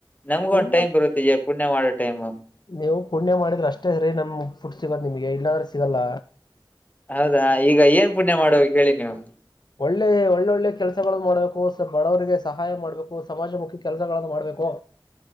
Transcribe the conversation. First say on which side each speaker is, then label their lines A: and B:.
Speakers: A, on the left; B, on the left.
A: ನಮಗ
B: ಪುಣ್ಯ
A: ಒಂದ ಟೈಮ್ ಬರುತ್ತ ಈ ಪುಣ್ಯ ಮಾಡೋ ಟೈಮ್
B: ನೀವು ಪುಣ್ಯ ಮಾಡಿದ್ರೆ ಅಷ್ಟೇ ರೀ ನಮ್ ಫುಡ್ ಸಿಗದ ನಿಮಗೆ ಇಲ್ಲಾಂದ್ರೆ ಸಿಗಲ್ಲ
A: ಹೌದಾ ಈಗ ಏನ್ ಪುಣ್ಯ ಮಾಡಬೇಕು ಹೇಳಿ ನೀವು
B: ಒಳ್ಳೆ ಒಳ್ಳೊಳ್ಳೆ ಕೆಲ್ಸಗಳನ್ನು ಮಾಡ್ಬೇಕು ಬಡವರಿಗೆ ಸಹಾಯ ಮಾಡ್ಬೇಕು ಸಮಾಜಮುಖಿ ಕೆಲಸಗಳನ್ನ ಮಾಡ್ಬೇಕು